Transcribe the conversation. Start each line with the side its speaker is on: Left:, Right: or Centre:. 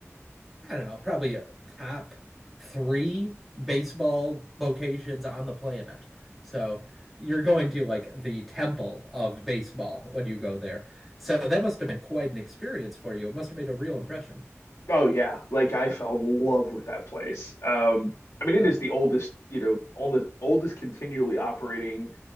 Centre: I don't know, probably a top three baseball locations on the planet. So you're going to like the temple of baseball when you go there. So that must have been quite an experience for you. It must have made a real impression.
Left: Oh yeah, like I fell in love with that place. Um, I mean, it
Centre: Uh,
Left: is the oldest, you know, oldest oldest continually operating